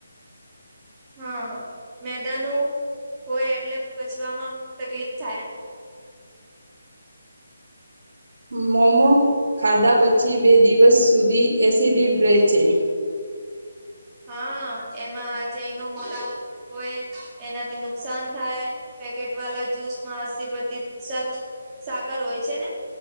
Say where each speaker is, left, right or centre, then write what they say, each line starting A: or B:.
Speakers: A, on the right; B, on the right.
A: હા મેદા ન હોય એટલે પચવામાં તકલીફ થાય.
B: મોૉમો ખાધા પછી બે દિવસ સુધી એસિડિડ રહે છે.
A: હા એમાં જૈનો મોટા હોય એનાથી નુકસાન થાય. પેકેટ વાલા જૂસમાં અસ્સી અસીપતિશત સાકર હોય છે ને?